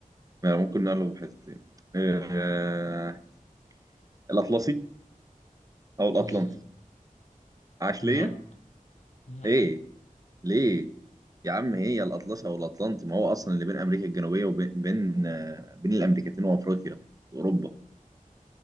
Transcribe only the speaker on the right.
يعني ممكن نقله بحثتين آه... الأطلسي أو الأطلنطي
عاش
ليا
ايه ليه يا عم هي الأطلسي والأطلنطي ما هو أصلا اللي بين أمريكا الجنوبية وبين بين آه، بين الأمريكتين وأفريقيا وأوروبا